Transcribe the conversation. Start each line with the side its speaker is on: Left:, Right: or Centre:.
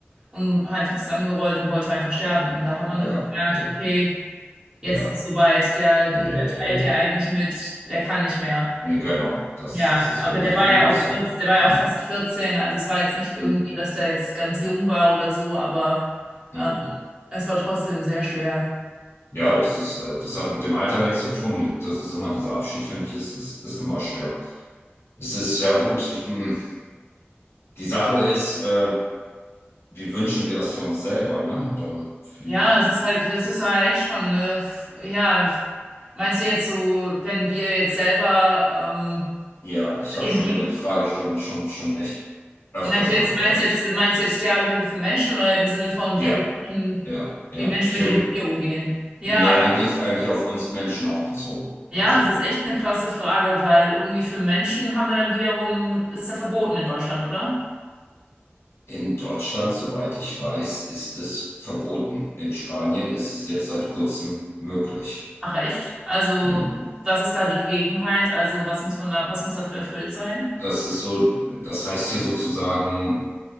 Right: und hat einfach zusammengerollt und wollte einfach sterben. Und da hat man
Left: Ja,
Right: irgendwie gemerkt,
Left: ja,
Right: okay, jetzt
Left: ja,
Right: ist es soweit, der, der,
Left: ja,
Right: der
Left: ja,
Right: teilt
Left: ja.
Right: dir eigentlich mit, der kann nicht mehr.
Left: Nee, Genau, das,
Right: Ja,
Left: das ist,
Right: aber
Left: wenn die
Right: der
Left: sich
Right: war
Left: wirklich
Right: ja auch 14,
Left: so.
Right: der war
Left: Hm.
Right: ja auch fast vierzehn also es war jetzt nicht irgendwie,
Left: Hm.
Right: dass der jetzt ganz jung war oder so, aber
Left: Hm.
Right: ähm, es war trotzdem sehr schwer.
Left: Ja, das ist, äh, das hat mit dem Alter nichts zu tun. Das ist immer, dieser Abschied, finde ich, ist, ist, ist immer schwer. Es ist, ja gut, ich, hm, die Sache ist, äh, wie wünschen wir das für uns selber, ne? Oder wie
Right: Ja, es ist halt, es
Left: das.
Right: ist halt echt spannend. ne? F- Ja, meinst du jetzt so, wenn wir jetzt selber, ähm,
Left: Ja, ich habe
Right: inwie,
Left: schon über die Frage schon, schon, schon echt öfters
Right: Meinst du jetzt,
Left: nachgedacht.
Right: meinst du jetzt, meinst du jetzt Sterbehilfe für Menschen oder im Sinne von,
Left: Ja,
Right: wie Menschen,
Left: ja, ja.
Right: wie Menschen
Left: Für
Right: mit dem
Left: mich,
Right: Tier umgehen? Ja,
Left: nee, eigentlich ist eigentlich auf uns Menschen auch bezogen.
Right: ja,
Left: Also
Right: das ist echt eine krasse Frage, weil irgendwie für Menschen haben wir dann wiederum, das ist ja verboten in Deutschland, oder?
Left: in Deutschland, soweit ich weiß, ist es verboten. In Spanien ist es jetzt seit kurzem möglich.
Right: Ach echt? Also,
Left: Mhm.
Right: was ist da die Gegebenheit? Also, was muss man da, was muss dafür erfüllt sein?
Left: Das ist so, das heißt hier sozusagen